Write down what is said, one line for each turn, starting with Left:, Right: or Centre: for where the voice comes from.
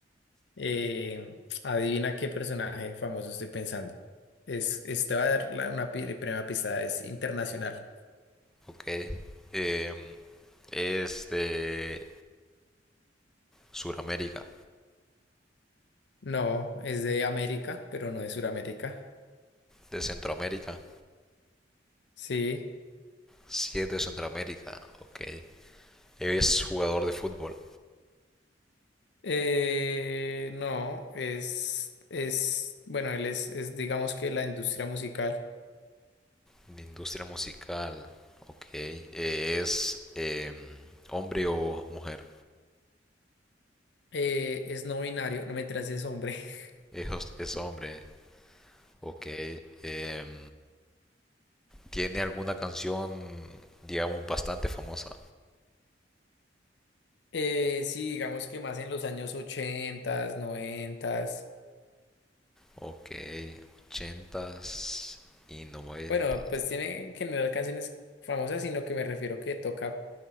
Left: eh, adivina qué personaje famoso estoy pensando. Es, este va a dar la- una pi- primera pista, es internacional.
Centre: ok. Em, es de Sudamérica,
Left: No, es de América, pero no de Sudamérica.
Centre: de Centroamérica.
Left: Sí,
Centre: Sí, es de Centroamérica. Ok. Es jugador de fútbol,
Left: eh, no, es, es, bueno, él es, es, digamos que la industria musical
Centre: de industria musical. Ok. Eh, es em, hombre o mujer.
Left: eh, es no binario, no me es hombre. <laughs>
Centre: Es, es hombre. Ok. Em, tiene alguna canción, digamos, bastante famosa.
Left: Eh, sí, digamos que más en los años 80, 90,
Centre: Ok, ochentas y 90.
Left: bueno, pues tiene en general canciones famosas, sino que me refiero que toca